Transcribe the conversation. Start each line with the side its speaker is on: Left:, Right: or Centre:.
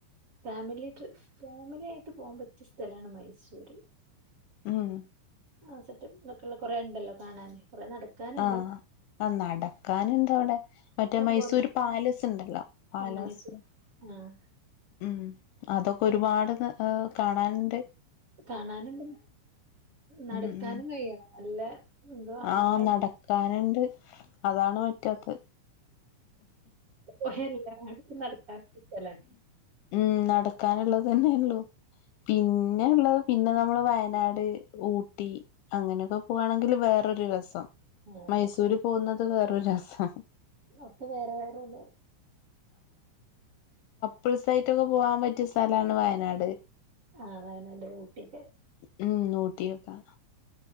Right: ഫാമിലി ട്രി ഫാമിലി ട്ട് പോവാൻ പറ്റിയ സ്ഥലാണ് മൈസൂര്.
Left: ഉം
Right: ആ സറ്റപ്പ്ഇതൊക്കെയുള്ള കൊറെ ഇണ്ടല്ലോ കാണാന്. കൊറേ നടക്കാന്ണ്ട്
Left: ആ ആ നടക്കാനണ്ട് അവിടെ. മറ്റേ
Right: ഇഷ്ടം
Left: മൈസൂര്
Right: പോലെ
Left: പാലസ് ഉണ്ടല്ലോ പാലസ്.
Right: ആഹ് മൈസൂ ആഹ്
Left: ഉം. അതൊക്കെ ഒരുപാട് ത് കാണാന്ണ്ട്
Right: കാണാനാണ്ട് നടക്കാനും,
Left: ഉം ഉം
Right: കഴിയണം നല്ല എന്താ
Left: ആഹ്
Right: പറയാ
Left: നടക്കാന്ണ്ട്. അതാണ് പറ്റാത്തത്.
Right: ഉ എല്ലാടുത്തും നടക്കാൻല സ്ഥലാണ്.
Left: ഉം നടക്കാനുള്ളത് തന്നെള്ളു. പിന്നെ ഇള്ളത് പിന്നെ നമ്മൾ വയനാട്, ഊട്ടി അങ്ങനെയൊക്കെ പോവാണെങ്കിൽ വേറൊരു രസം.
Right: അതെ
Left: മൈസൂര് പോകുന്ന ത് വേറൊരു രസാ.
Right: ഒക്കെ വേറെ വേറെ ലേ
Left: പിൾസായിട്ടൊക്കെ പോവാൻ പറ്റിയ സ്ഥലാണ് വയനാട്.
Right: ആ വയനാട്, ഊട്ടിയൊക്കെ.
Left: ഉം ഊട്ടിയൊക്കെ.